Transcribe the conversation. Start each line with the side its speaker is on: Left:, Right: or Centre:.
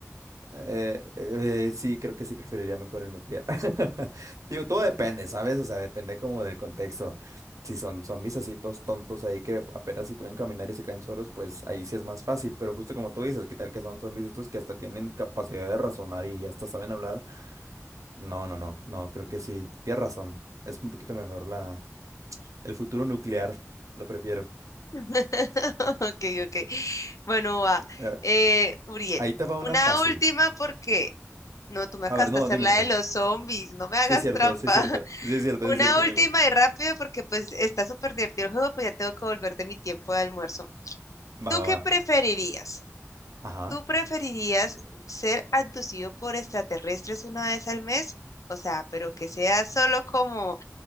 Right: eh, eh, eh, sí, creo que sí preferiría mejor el nuclear. <laughs> Digo, todo depende, ¿sabes? O sea, depende como del contexto. Si son zombies así todos tontos ahí que apenas si pueden caminar y se caen solos, pues ahí sí es más fácil. Pero justo como tú dices, ¿qué tal que son zombies estos que hasta tienen capacidad de razonar y hasta saben hablar? No, no, no, no, creo que sí. Tienes razón. Es un poquito mejor la, el futuro nuclear. Lo prefiero.
Left: <laughs> Ok, ok. Bueno, va.
Right: A ver,
Left: Eh, Uriel,
Right: ahí te va una
Left: una
Right: fácil.
Left: última porque no, tú me
Right: A
Left: acabas
Right: ver, no,
Left: de hacer
Right: dime,
Left: la
Right: dime.
Left: de los zombies, no me hagas
Right: Sí es cierto,
Left: trampa.
Right: sí es cierto.
Left: <laughs>
Right: Sí es cierto,
Left: Una
Right: sí es cierto, dime.
Left: última y rápido porque pues está súper divertido el juego, pues ya tengo que volver de mi tiempo de almuerzo. ¿Tú
Right: Va, va,
Left: qué
Right: va.
Left: preferirías?
Right: Ajá,
Left: ¿Tú preferirías ser abducido por extraterrestres una vez al mes? O sea, pero que sea solo como,